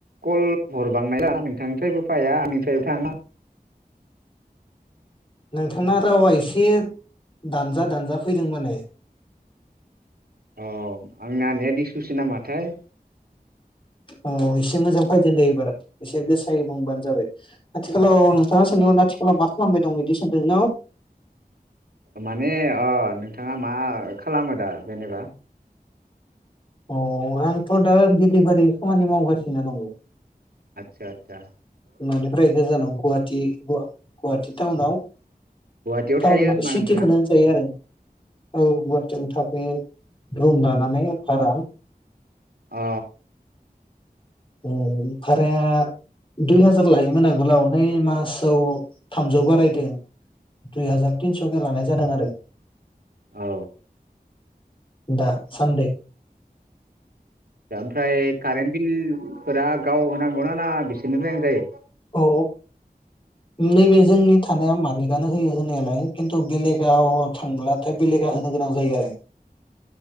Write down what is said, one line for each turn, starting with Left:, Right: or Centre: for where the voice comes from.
Right: कल हरबांनाय <unintelligible> नोंथांनिफ्रायबो फाया आंनिफ्राय थाङा।
Left: नोंथांना रावा एसे दानजा दानजा फैदों माने।
Right: अ आंना नेट इसुसो नामाथाय।
Left: औ एसे मोजां फाइदो दे एबार एसे गोसायै बुंबानो जाबाय आथिखालाव नोंथाङा सोंदों आथिखालाव मा खालामबाय दं बिदि सोंदों न।
Right: माने अ नोंथाङा मा खालामो दा जेनेबा?
Left: अ आंथ दा दिडिलिभारि खामानि मावगासिनो दङ।
Right: आतसा आतसा।
Left: ननिफ्रायनो गोजानाव गुवाटी गुवाटी। ताउनाव
Right: गुवाहाटियाव
Left: टाउन
Right: थायो
Left: माने
Right: होमबा
Left: सिटिखोनो
Right: नोंथाङा
Left: होनजायो आरो। औ गवाहाटीयावनो थाथयो रुम लानानै भारा।
Right: अ।
Left: उम भाराया दुइ हाजार लायोमोन आगोलाव नै मासाव थामजौ बारायदों दुइ हाजार तिनसके लानाय जादों आरो।
Right: औ।
Left: दा सानदै।
Right: दा ओमफ्राय कारेन्ट बिलफोरा गाव होनांगौ ना बिसोरनिफ्रायनो जायो।
Left: औ नैबे जोंनि थानाया माबलिकआनो होयो होननायालाय खिन्थु बेलेगाव थांब्लाथाय बेलेगा होनो गोनां जायो आरो।